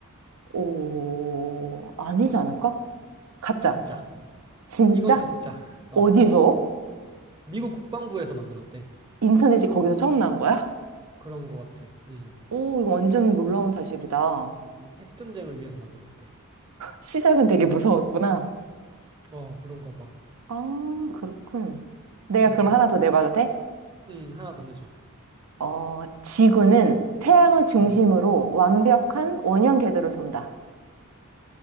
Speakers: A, on the right; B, on the right.
A: 오, 아니지 않을까? 가짜.
B: 진짜.
A: 진짜?
B: 이건 진짜. 어.
A: 어디서?
B: 미국 국방부에서 만들었대.
A: 인터넷이 거기서 처음 나온 거야?
B: 그런 것 같아. 음.
A: 오, 이거 완전 놀라운 사실이다.
B: 음, 핵전쟁을 위해서 만들었대.
A: 시작은 되게 무서웠구나.
B: 어, 그런가 봐.
A: 아, 그렇군. 내가
B: 음,
A: 그럼 하나 더 내봐도 돼?
B: 음, 하나 더 내줘.
A: 어, 지구는 태양을 중심으로
B: 음.
A: 완벽한 원형 궤도를 돈다.